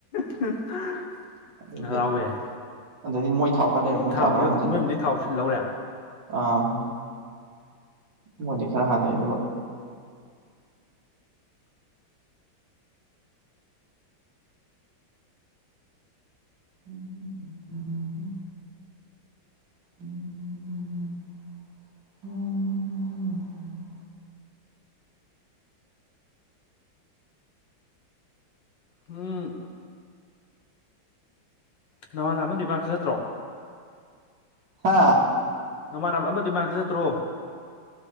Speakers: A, on the left; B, on the right.
A: <inaudible>
B: ꯑꯗꯨꯗꯤ
A: ꯉꯔꯥꯎꯋꯦ ꯌꯥꯏ
B: ꯑꯗꯩꯗꯤ ꯃꯣꯏ ꯊꯥꯎ ꯈꯔ ꯂꯩꯔꯦ ꯃꯣꯏ
A: ꯊꯥꯎꯁꯦ
B: ꯊꯥꯎ ꯈꯔ
A: ꯅꯣꯏ
B: ꯍꯟꯖꯤꯜꯂ
A: ꯃꯌꯨꯝꯗꯩ ꯊꯥꯎ ꯁꯤꯜꯍꯧꯔꯦ
B: ꯑꯝ ꯃꯣꯏꯗꯤ ꯈꯔ ꯍꯜꯂꯛꯑꯦ ꯑꯗꯨꯒ ꯎꯝ ꯎ ꯎ ꯎꯝ ꯎ <unintelligible>
A: ꯍꯝ ꯅꯃꯥꯟ ꯑꯃ ꯗꯤꯃꯥꯛꯁ ꯆꯠꯇ꯭ꯔꯣ
B: ꯍꯥ
A: ꯅꯃꯥꯟꯅꯕ ꯑꯃꯗꯤ ꯃ ꯆꯠ ꯆꯠꯇ꯭ꯔꯣ